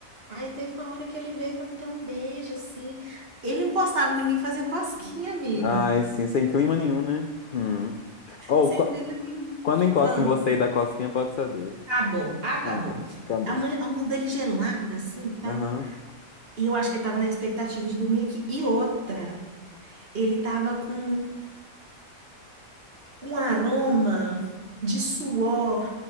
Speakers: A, on the right (about 45°); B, on the left (about 80°).
A: Aí teve uma hora que ele veio pra me dar um beijo, assim. Ele encostava em mim fazer cosquinha, amigo.
B: Ai, sim, sem clima nenhum, né? Hum. Ou
A: Sem
B: qu-
A: clima nenhum.
B: quando encosta
A: Ah,
B: em você e dá cosquinha, pode saber.
A: acabou, acabou.
B: Ah, acabou.
A: A mãe, a mão dele gelada, assim, tá?
B: Aham.
A: E eu acho que ele tava na expectativa de dormir aqui. E outra, ele tava com um aroma de suor